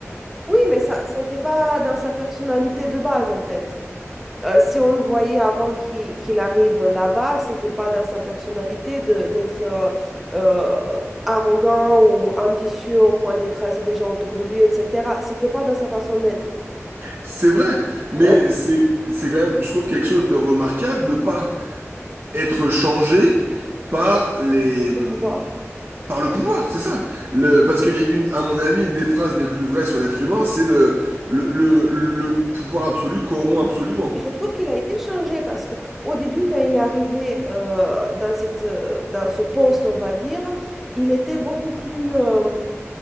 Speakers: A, in the centre; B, on the right.
A: Oui, mais ça, ça n'était pas dans sa personnalité de base, en fait. Euh, si on le voyait avant qu'il qu'il arrive là-bas, c'était pas dans sa personnalité de d'être euh, euh, arrogant ou ambitieux au point d'écraser des gens autour de lui, etc. C'était pas dans sa façon d'être,
B: C'est vrai, mais
A: euh,
B: c'est c'est quand même, je trouve quelque chose de remarquable de pas être changé par les hum,
A: de pouvoir.
B: par le pouvoir, c'est ça. Le, parce que y a une, à mon avis, une des phrases les plus vraies sur l'être humain, c'est le, le le le pouvoir absolu corrompt absolument.
A: Je trouve qu'il a été changé parce que au début, quand il est arrivé euh, dans cette, euh, dans ce poste, on va dire, il était beaucoup plus euh,